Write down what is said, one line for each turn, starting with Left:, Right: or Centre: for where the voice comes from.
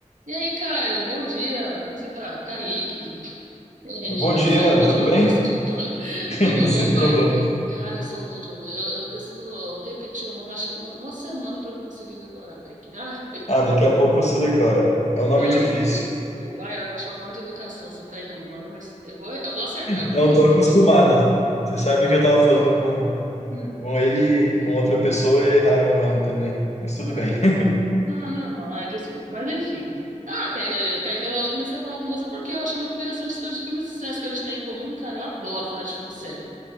Right: E aí, Caio, bom dia, como que você tá? Kaique, errei
Left: Bom
Right: já,
Left: dia,
Right: É só ruim
Left: tudo
Right: de nome,
Left: bem?
Right: desculpa. <laughs>
Left: <laughs>
Right: Tudo
Left: Sem
Right: bom,
Left: problema.
Right: Kaique? Cara, eu sou ruim de nome, eu, eu preciso repetir o nome, acho que uma semana para eu conseguir decorar, Kaique. Ai,
Left: Ah, daqui a pouco você decora.
Right: <laughs>
Left: É um nome
Right: não,
Left: difícil.
Right: tranquilo, desculpa. Ai, eu acho uma falta de educação você ficar errando o nome, mas eu vou, eu vou acertar, eu prometo.
Left: Não, estou acostumado. Você sabe que eu estava falando com,
Right: Hum.
Left: com ele, e com outra pessoa e erraram o nome também. Mas tudo
Right: Ah,
Left: bem. <laughs>
Right: não, normal, ai, desculpa, mas enfim. Ah, Kaique, Kaique, eu comecei a falar com você porque eu achei muito interessante as coisas de filmes e séries que a gente tem em comum, cara, eu adoro falar de filme e série.